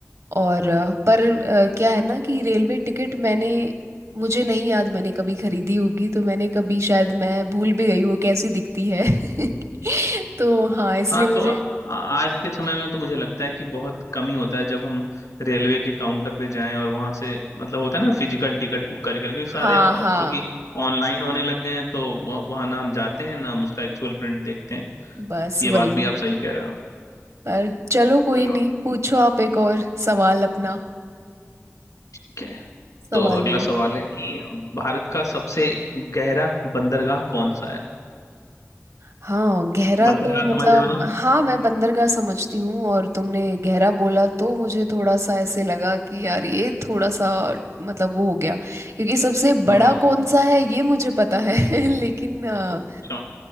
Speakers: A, on the right (about 65°); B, on the left (about 85°).
A: और अ, पर अ, क्या है ना कि रेलवे टिकट मैंने मुझे नहीं याद मैंने कभी खरीदी होगी तो मैंने कभी शायद मैं भूल भी गई वो कैसी दिखती है <laughs> तो हाँ इसलिए
B: हाँ
A: मुझे
B: तो आ, आ- आज के समय में तो मुझे लगता है कि बहुत कम ही होता है जब हम रेलवे के काउंटर पे जाएं और वहां से मतलब होता है ना फिजिकल टिकट बुक करके क्योंकि सारे
A: हाँ
B: अब
A: हाँ
B: चूंकि ऑनलाइन होने लग गए हैं तो वह- वहाँ ना हम जाते हैं ना हम उसका एक्चुअल प्रिंट देखते हैं
A: बस
B: ये
A: वही
B: बात भी आप सही कह रहे हो
A: पर चलो कोई
B: चलो
A: नहीं पूछो आप एक और सवाल अपना
B: ठीक है
A: सवाल
B: तो अगला
A: लो
B: सवाल है कि भारत का सबसे गहरा बंदरगाह कौन सा है
A: हाँ गहरा
B: बंदरगाह
A: तो मतलब
B: समझ रहे हो ना
A: हाँ मैं बंदरगाह समझती हूँ और तुमने गहरा बोला तो मुझे थोड़ा सा ऐसे लगा कि यार ये थोड़ा सा मतलब वो हो गया क्योंकि सबसे
B: हम्म
A: बड़ा कौन सा है ये मुझे पता है <laughs> लेकिन अ,
B: चलो